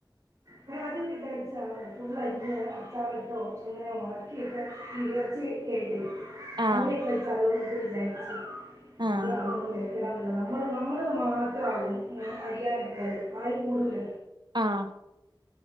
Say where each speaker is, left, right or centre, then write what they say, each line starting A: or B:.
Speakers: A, on the right; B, on the right.
A: ഞാൻഅദ്യ ക്കെവിജാരിച്ച ഫുള്ളരിഞ് അച്ചാറ് ഇട്ടോ അങ്ങന ഉണക്കിയിട്ട് ഇറച്ചി കേട്ട
B: ആഹ്
A: അങ്ങനെ <unintelligible> വിചാരിച്ച് പിന്നെ
B: ആഹ്
A: അ നമ്മ നമ്മളത് മാത്രണ് അറിയാനൊക്കത് ആരും കൂടൂല
B: ആഹ്